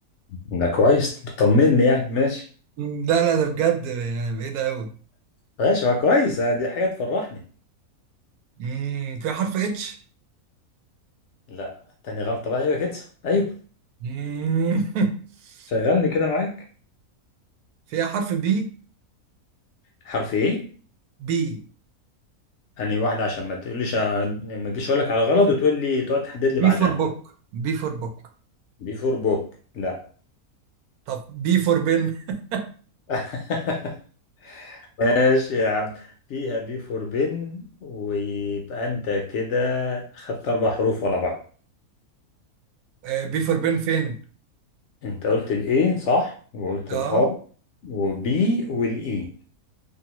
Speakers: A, on the left (about 65°); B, on the right (about 85°).
A: ده كويس طمني يعني ماشي
B: مم، لا لا ده بجد يعني بعيدة قوي
A: ماشي ما كويس آه، دي حاجة تفرحني
B: امم فيها حرف اتش
A: لا تاني غلطة بقى ايوه كده ايوه
B: مم. <laughs>
A: شغلني كده معاك
B: فيها حرف بي
A: حرف ايه
B: بي
A: اني واحدة عشان ما تقوليش آه، ما تجيش اقول لك على غلط وتقول لي تقعد تحدد لي
B: بي
A: بعدها
B: فور بوك بي فور بوك
A: بي فور بوك لا
B: طب بي فور بن <laughs>
A: <laughs> ماشي يا عم فيها بي فور بن ويبقى انت كده خدت اربع حروف ورا بعض
B: آه، بي فور بن فين
A: انت قلت الايه صح وقلت
B: اه
A: الار وبي والاي